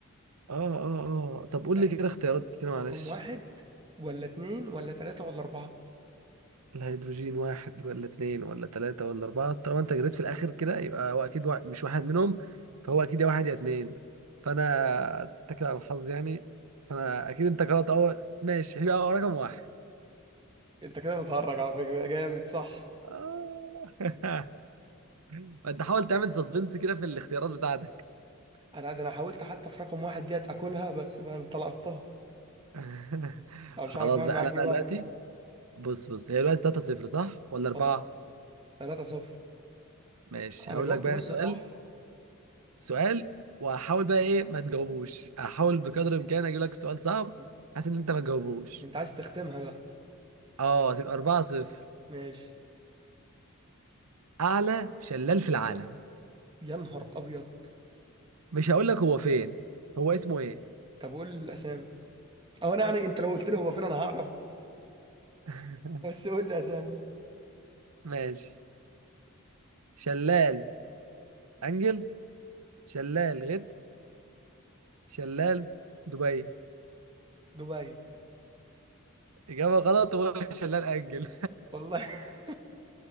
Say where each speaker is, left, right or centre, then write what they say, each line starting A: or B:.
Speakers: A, on the right; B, on the right.
A: اه اه اه طب قول
B: يعني
A: لي كده اختيارات كده معلش
B: رقم واحد ولا اتنين ولا تلاتة ولا اربعة
A: الهيدروجين واحد ولا اتنين ولا تلاتة ولا أربعة طالما أنت جريت في الآخر كده يبقى هو أكيد وا... مش واحد منهم فهو أكيد يا واحد يا اتنين فأنا أتكل على الحظ يعني فأنا أكيد أنت قرأت أول ماشي هيبقى رقم واحد
B: انت كده بتهرج على فكرة جامد صح
A: آه. <laughs> ما انت حاول تعمل سسبنس كده في الاختيارات بتاعتك
B: انا ده انا حاولت حتى في رقم واحد ديت اكلها بس بقى انت لقطتها
A: <laughs>
B: انا
A: خلاص
B: مش عارف اعمل
A: بقى
B: معاك
A: انا بقى
B: ايه بقى
A: دلوقتي بص بص هي دلوقتي 3 0 صح ولا 4
B: اه 3 0
A: ماشي
B: انا
A: هقول
B: جاوبت
A: لك بقى
B: روسيا
A: سؤال
B: صح
A: سؤال وهحاول بقى ايه ما تجاوبوش هحاول بقدر الامكان اجيب لك سؤال صعب
B: م.
A: حاسس ان انت ما تجاوبوش
B: انت عايز تختمها بقى
A: اه تبقى 4 0
B: ماشي
A: اعلى شلال في العالم
B: يا نهار ابيض
A: مش هقول لك هو فين هو اسمه ايه
B: طب قول لي الاسامي او انا يعني انت لو قلت لي هو فين انا هعرف
A: <laughs>
B: <laughs> بس قول لي اسامي
A: ماشي شلال انجل شلال غطس شلال دبي
B: دبي
A: إجابة غلط وش لا نأجل
B: والله <laughs>